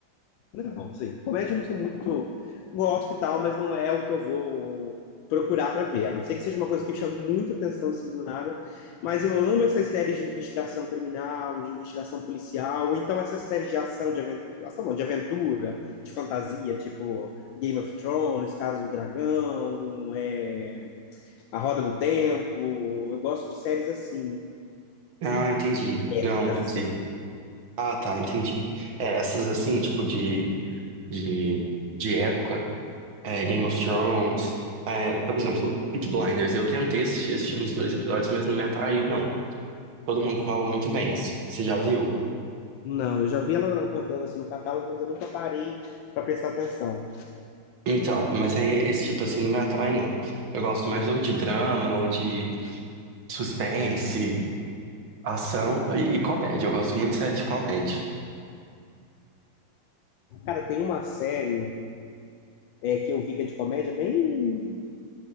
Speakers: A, on the left; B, on the right.
A: Não, assim, comédia eu não sou muito. Gosto e tal, mas não é o que eu vou procurar para ver. A não ser que seja uma coisa que chame muita atenção assim do nada. Mas eu amo essas séries de investigação criminal, de investigação policial, ou então essas séries de ação, de aventura, ação não, de aventura, de fantasia, tipo Game of Thrones, Casa do Dragão, é, A Roda do Tempo. Eu gosto de séries assim,
B: Ah, entendi. Não,
A: dicas assim.
B: sim. Ah, tá, entendi. É, essas assim, tipo de, de, de época, é, Game of Thrones, é, por exemplo, Peaky Blinders. Eu tentei assistir, assisti uns dois episódios, mas não me atraiu, não. Todo mundo fala muito bem, c- você já viu?
A: Não, eu já vi ela rodando assim no catálogo, mas eu nunca parei para prestar atenção.
B: Então, mas aí esse tipo assim não me atrai, não. Eu gosto mais
A: Ah,
B: ou de drama, ou de suspense, ação e, e comédia. Eu gosto muito de série de comédia.
A: Cara, tem uma série é, que eu vi que é de comédia bem,